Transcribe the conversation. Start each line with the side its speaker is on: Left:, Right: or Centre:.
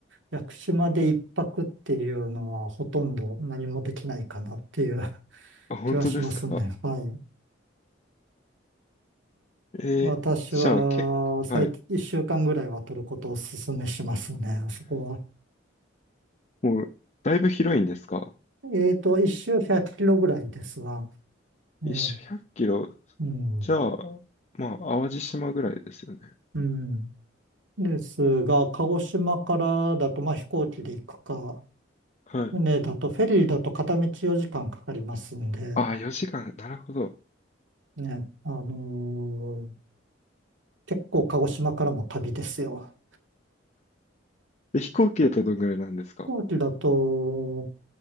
Right: 屋久島で一泊っていうのはほとんど何もできないかなっていう
Left: あ、本当ですか
Right: 気はしますね。はい。
Left: えー、
Right: 私は最低1週間ぐらいは取ることをお勧めしますね。
Left: じゃあ結構、はい。
Right: そこは。
Left: もう、だいぶ広いんですか
Right: えーと、1周100キロぐらいですが。ええ
Left: 一周100キロ。
Right: うん。
Left: じゃあ、まあ、淡路島ぐらいですよね。
Right: うん。ですが、鹿児島からだと、まあ、飛行機で行くか、
Left: はい
Right: 船だと、フェリーだと片道4時間かかりますんで、
Left: ああ、4時間。なるほど。
Right: ね、あのー結構鹿児島からも旅ですよ。
Left: え飛行機だとどんぐらいなんですか
Right: 飛行機だと、